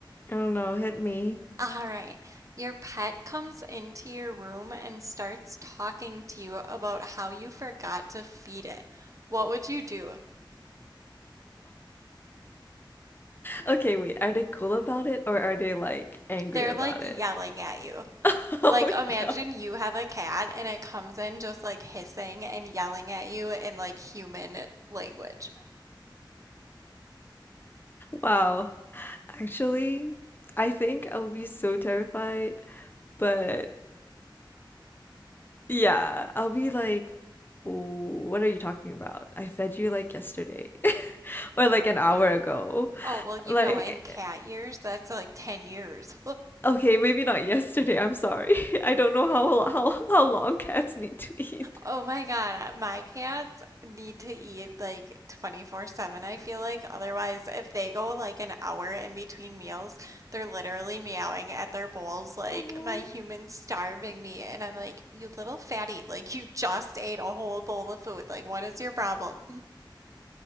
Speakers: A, on the left; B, on the right.
A: Oh no, hit me.
B: All right. Your pet comes into your room and starts talking to you about how you forgot to feed it. What would you do?
A: Okay, wait, are they cool about it or are they like angry
B: They're
A: about
B: like yelling
A: it?
B: at you.
A: <laughs> Oh
B: Like, imagine
A: no.
B: you have a cat and it comes in just like hissing and yelling at you in like human language.
A: Wow. Actually, I think I would be so terrified, but Yeah, I'll be like, "What are you talking about? I fed you like yesterday <laughs> or like an hour
B: Right.
A: ago."
B: Oh, well, you
A: Like,
B: know, in cat years, that's like 10 years.
A: okay, maybe not yesterday. I'm sorry. <laughs> I don't know how how how long cats need to eat.
B: Oh my God, uh, my cats need to eat like 24/7, I feel like. Otherwise, if they go like an hour in between meals, they're literally meowing at their bowls like
A: Aw.
B: my human's starving me. And I'm like, you little fatty, like you just ate a whole bowl of food. Like, what is your problem? <laughs>